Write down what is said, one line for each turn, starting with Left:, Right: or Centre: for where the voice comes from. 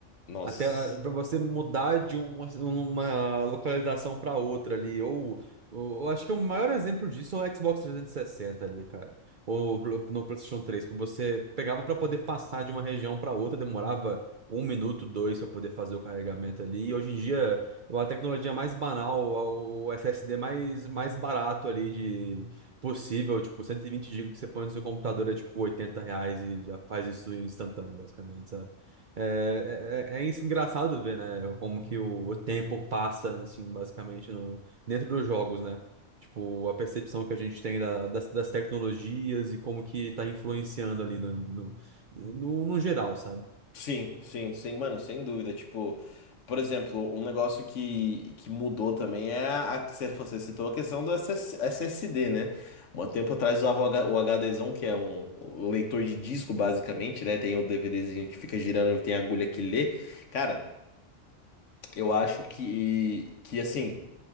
Left: Nossa.
Right: Até para você mudar de uma, uma localização para outra ali. Ou, ou- eu acho que o maior exemplo disso é o Xbox 360 ali, cara. Ou pro- no PlayStation 3, que você pegava para poder passar de uma região para outra, demorava um minuto, dois para poder fazer o carregamento ali. E hoje em dia, a tecnologia mais banal, o SSD mais, mais barato ali de possível, tipo 120 gigas que você põe no seu computador é tipo 80 reais e já faz isso instantâneo, basicamente, é, é, é é isso engraçado ver, né? Como que o, o tempo passa, assim, basicamente, no, dentro dos jogos, né? Tipo, a percepção que a gente tem da- das, das tecnologias e como que tá influenciando ali no, no, no, no geral, sabe?
Left: Sim, sim, sim, mano, sem dúvida. Tipo, por exemplo, um negócio que, que mudou também é a a que você você citou a questão do SS SSD, né? Um tempo atrás usava o H- o HDzão, que é um um leitor de disco, basicamente, né? Tem o DVDzinho que fica girando e tem a agulha que lê. Cara, Eu acho que, que, assim,